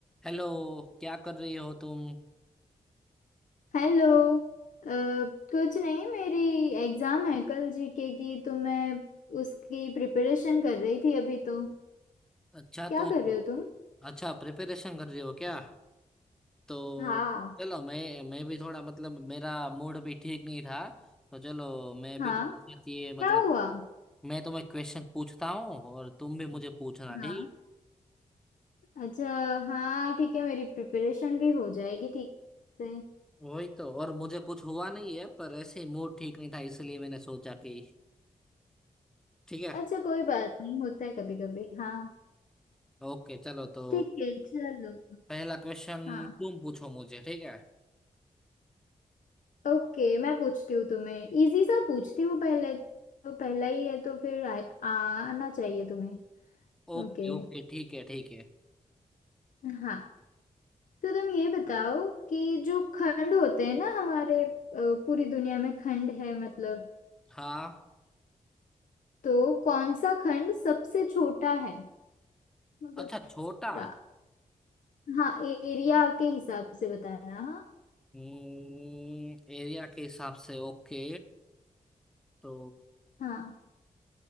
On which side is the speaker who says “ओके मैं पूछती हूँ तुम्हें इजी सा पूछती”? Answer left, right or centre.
Left